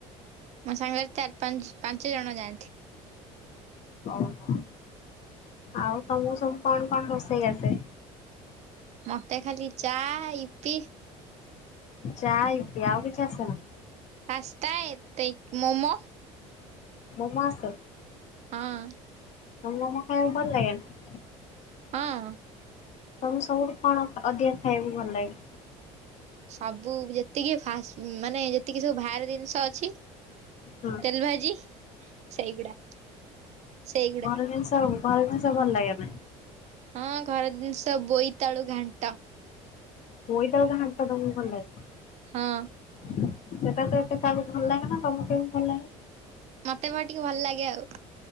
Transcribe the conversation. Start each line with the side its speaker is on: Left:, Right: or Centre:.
Right: ମୋ ସାଙ୍ଗରେ ଚାରି ପାଞ୍ଚ ପାଞ୍ଚ ଜଣ ଯାଆନ୍ତି।
Left: ଓ ହୋ। ଆଉ ତମକୁ ସବୁ କଣ କଣ ରୋଷେଇ ଆସେ?
Right: ମତେ ଖାଲି ଚା ଇପି।
Left: ଚା ଇପି ଆଉ କିଛି ଆସେନା?
Right: ପାସ୍ତା ଏତିକି ମୋମୋ।
Left: ମୋମୋ ଆସେ?
Right: ହଁ।
Left: <unintelligible> ମୋମୋ ଖାଇବାକୁ ଭଲ ଲାଗେନ?
Right: ହଁ।
Left: ତମକୁ ସବୁଠୁ କଣ ଅଧିକା ଖାଇବାକୁ ଭଲ ଲାଗେ?
Right: ସବୁ ଯେତିକି ଫାସ ମାନେ ଯେତିକି ସବୁ ବାହାରେ ଜିନିଷ ଅଛି।
Left: ହଁ
Right: ତେଲ ଭାଜି ସେଇଗୁଡା ସେଇଗୁଡା।
Left: <unintelligible> ଘରେ ଜିନଷ ଭଲ ଲାଗେନା?
Right: ହଁ ଘର ଜିନିଷ ବୋଇତାଳୁ ଘାଣ୍ଟ।
Left: ବୋଇତାଳୁ ଘାଣ୍ଟ ତମକୁ ଭଲ ଲାଗେ?
Right: ହଁ
Left: ସେଇଟା ତ ଏତେ କାହାକୁ ଭଲ ଲାଗେନା, ତମକୁ କେମିତି ଭଲ ଲାଗେ?
Right: ମୋତେ ବା ଟିକେ ଭଲ ଲାଗେ ଆଉ।